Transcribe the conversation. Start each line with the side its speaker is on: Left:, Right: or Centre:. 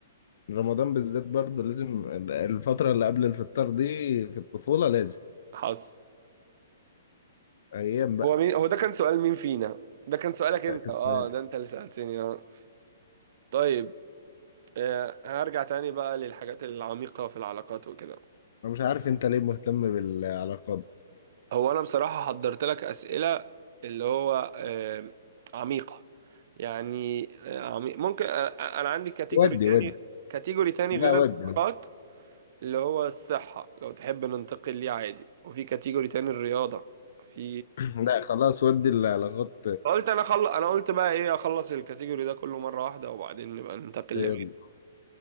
Left: رمضان بالذات برضه لازم الفترة اللي قبل الفطار دي في الطفولة لازم
Right: حصل
Left: أيام بقى
Right: هو مين هو ده كان سؤال مين فينا ده كان سؤالك انت
Left: كانت
Right: اه
Left: معايا.
Right: ده انت اللي سألتني اه طيب آه، هرجع تاني بقى للحاجات العميقة في العلاقات وكده
Left: أنا مش عارف أنت ليه مهتم بالعلاقات
Right: هو أنا بصراحة حضرت لك أسئلة اللي هو آه، عميقة يعني آه، عميق ممكن آه، آه، أنا عندي كاتيجوري
Left: ودي
Right: تاني
Left: ودي
Right: كاتيجوري تاني غير
Left: لا
Right: العلاقات
Left: ودي
Right: اللي هو الصحة لو تحب ننتقل ليه عادي وفي كاتيجوري تاني الرياضة في
Left: <clears throat> لا خلاص ودي العلاقات
Right: قلت أنا خل... أنا قلت بقى إيه أخلص الكاتيجوري ده كله مرة واحدة وبعدين نبقى ننتقل
Left: يلا